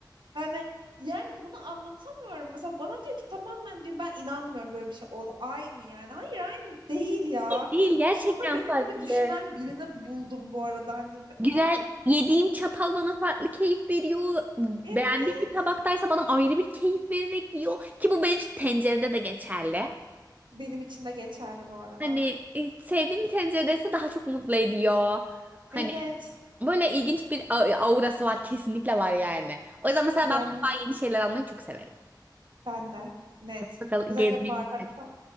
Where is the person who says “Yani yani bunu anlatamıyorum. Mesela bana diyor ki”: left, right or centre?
Right